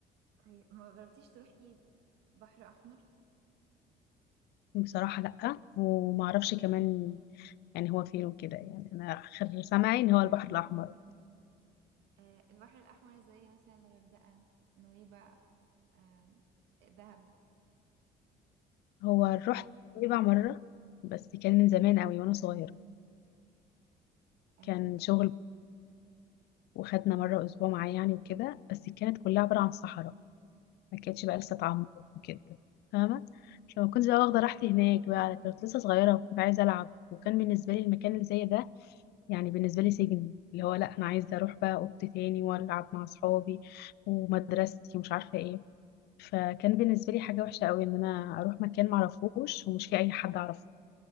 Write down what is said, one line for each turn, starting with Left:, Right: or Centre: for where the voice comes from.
Right: طيب ما جربتيش تروحي بحر أحمر
Left: بصراحة لأ ومعرفش كمان يعني هو فين وكده يعني أنا آخر سمعي إن هو البحر الأحمر
Right: آه، البحر الأحمر زي مثلا الغردقة نويبع آم، دهب
Left: هو
Right: اللي هو
Left: رحت نويبع مرة بس كان من زمان قوي وأنا صغيرة
Right: آم،
Left: كان شغل وخدنا مرة أسبوع معاه يعني وكده بس كانت كلها عبارة عن صحراء ما كانتش بقى لسه اتعمرت وكده فاهمة فما كنتش بقى واخدة راحتي هناك بقى كنت لسه صغيرة وكنت عايزة ألعب وكان بالنسبة لي المكان اللي زي ده يعني بالنسبة لي سجن اللي هو لا أنا عايزة أروح بقى أوضتي تاني وألعب مع أصحابي ومدرستي ومش عارفة إيه فكان بالنسبة لي حاجة وحشة قوي إن أنا أروح مكان معرفوش ومش فيه أي حد أعرفه